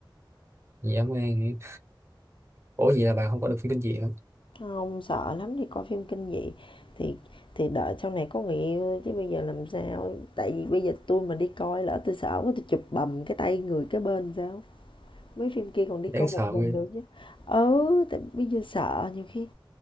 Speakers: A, on the right; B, on the left.
A: Dã man. Ủa vậy là bạn không có được phim kinh dị hả?
B: Hông, sợ lắm, đi coi phim kinh dị thì thì đợi sau này có người yêu chứ bây giờ làm sao. Tại vì bây giờ tôi mà đi coi lỡ tôi sợ quá tui chụp bầm cái tay người cái bên sao? Mấy phim kia còn đi
A: Đáng
B: coi
A: sợ
B: một mình
A: ghê.
B: được chứ. Ừ, tại bây giờ sợ nhiều khi